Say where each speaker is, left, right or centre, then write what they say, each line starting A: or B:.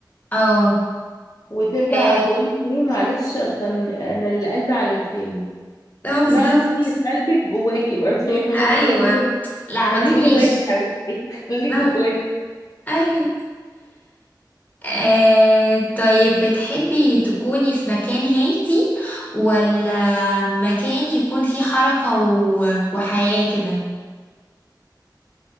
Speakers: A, on the left (about 20°); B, on the left (about 50°).
A: اه
B: وترجع
A: اه
B: تقولي ايه معلش اصلا انا اللي قلبي على لساني
A: اه بالظبط
B: لا خلي اللي في قلبك جواكي برضه <laughs> يعني ما
A: ايوه
B: تخرجوش
A: لا ما
B: خليه
A: تقوليش
B: جواكي حبيبتي <laughs> خليه
A: بالظبط
B: جواكي
A: ايوه آه، طيب بتحبي تكوني في مكان هادي ولا مكان يكون فيه حركة و... وحياة كده